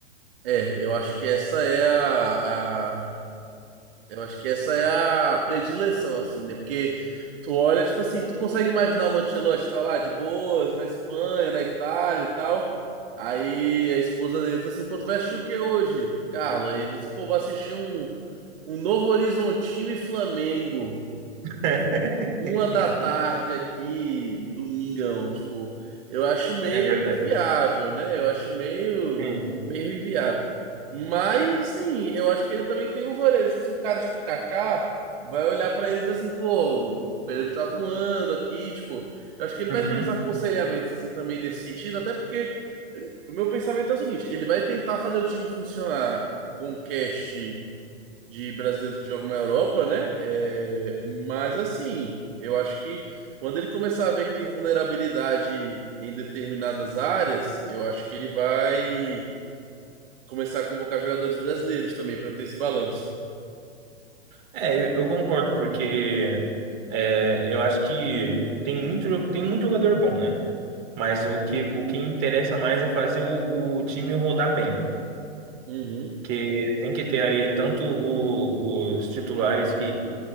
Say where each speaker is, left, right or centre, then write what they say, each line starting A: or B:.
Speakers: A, on the right; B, on the right.
A: É, eu acho que essa é a, Eu acho que essa é a predileção, assim, né? Porque tu olha, tipo assim, tu consegue imaginar o Mantelote tá lá de boas, na Espanha, na Itália e tal. Aí a esposa dele diz assim, pô, tu vai assistir o que hoje, Carlos? Aí ele diz assim, pô, vou assistir um, um Novo Horizontino e Flamengo
B: <laughs>
A: uma da tarde aqui, domingão, tipo, eu acho meio
B: É verdade.
A: inviável, né? Eu acho meio,
B: Sim.
A: meio inviável. Mas, assim, eu acho que ele também tem uns olheiros. Tipo, se o cara, tipo, Kaká, vai olhar pra eles assim, pô, o Pedro tá voando aqui, tipo, eu acho que ele
B: Uhum.
A: vai ter uns aconselhamentos, assim, também nesse sentido, até porque eh, o meu pensamento é o seguinte, ele vai tentar fazer o time funcionar com o cast de brasileiros que jogam na Europa, né? É, mas assim, eu acho que quando ele começar a ver que tem vulnerabilidade em determinadas áreas, eu acho que ele vai começar a convocar jogadores brasileiros também para ter esse balanço.
B: É, eu, eu concordo, porque é, eu acho que tem muito, jo- tem muito jogador bom, né? Mas o que, o que interessa mais é fazer o, o time rodar bem.
A: Uhum.
B: Que tem que ter ali tanto o- os titulares que